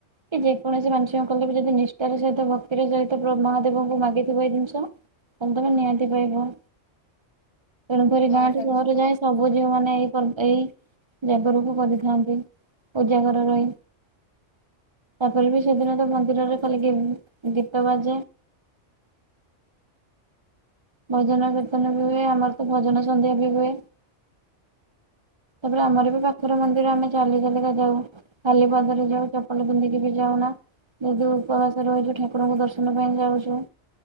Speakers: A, on the right; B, on the left.
A: କି ଯେକୌଣସି ମାନଷ କଲେ ବି ଯଦି ନିଷ୍ଠାର ସହିତ ଭକ୍ତିର ସହିତ ମହାଦେବଙ୍କୁ ମାଗିଥିବ ଏଇ ଜିନିଷ ତମ ନିହାତି ପାଇବ। ତେଣୁ କରିରି
B: ହଁ
A: ଗାଁଠୁ
B: ଏଇଟା
A: ସହର
B: ତ ସତ
A: ଯାଇଁ
B: କଥା
A: ସବୁ ଝି ମେ ଏଇ ଏଇ ଜାଗରକୁ କରିଥାନ୍ତି ପୂଜା ଘର ରହି ତାପରେ ବି ସେଦିନ ତ ମନ୍ଦିରରେ ଖାଲି ଗୀତ ବାଜେ ଭଜନ କୀର୍ତ୍ତନ ବି ହୁଏ ଆମର ତ ଭଜନ ସନ୍ଧ୍ୟା ବି ହୁଏ ତାପରେ ଆମର ବି ପାଖରେ ମନ୍ଦିର ଆମେ ଚାଲି ଚାଲିକା ଯାଉ ଖାଲି ପାଦରେ ଯାଉ ଚପଲ ପିନ୍ଧିକି ବି ଯାଉନା ଯଦି ଉପବାସ ରହୁଛୁ ଠାକୁରଙ୍କୁ ଦର୍ଶନ ପାଇଁ ଯାଉଛୁ